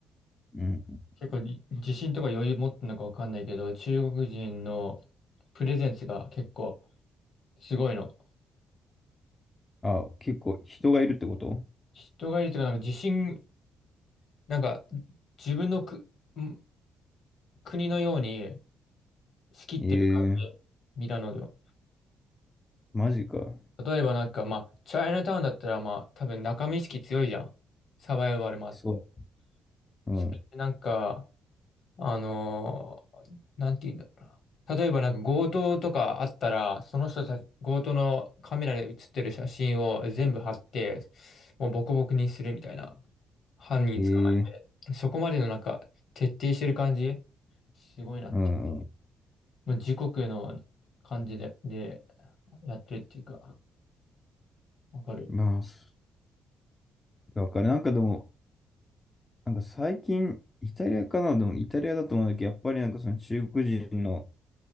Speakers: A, on the left; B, on the left.
A: うん。
B: 結構り自信とか余裕持ってんのかわかんないけど、中国人のプレゼンスが結構すごいの。
A: あ、結構人がいるってこと
B: 人がいるというか、なんか自信なんか、自分のく、ん国のように仕切ってる感じ、
A: ええ
B: ミラノでは。
A: マジか。
B: 例えばなんか、まあ、チャイナタウンだったら、まあ、多分仲間意識強いじゃん。サバイバルもあって。
A: そう。うん。
B: それでなんか、あのーなんて言うんだろうな。例えばなんか強盗とかあったら、その人たち、強盗のカメラで写ってる写真を全部貼って、もうボコボコにするみたいな。犯人捕ま
A: ええ
B: え。そこまでのなんか、徹底してる感じ、すごいな。
A: うん。
B: まあ、時刻の感じで、で、やってるっていうか、わかる。
A: まあ、そだからなんかでも、なんか最近、イタリアかなでもイタリアだと思うんだけど、やっぱりなんかその中国人の